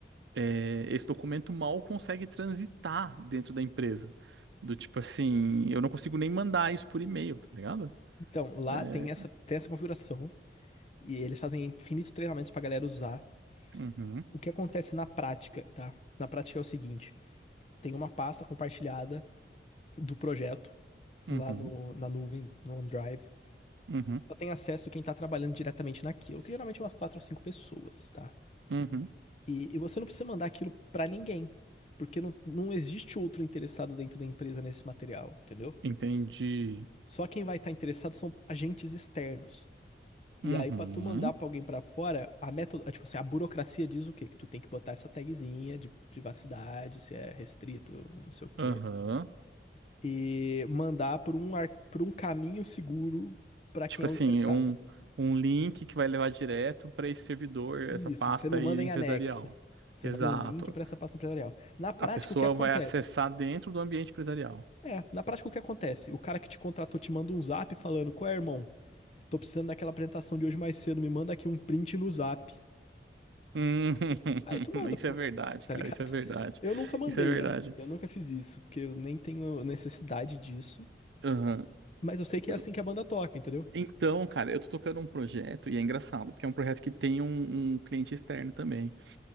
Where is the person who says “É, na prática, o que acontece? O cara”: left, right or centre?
Left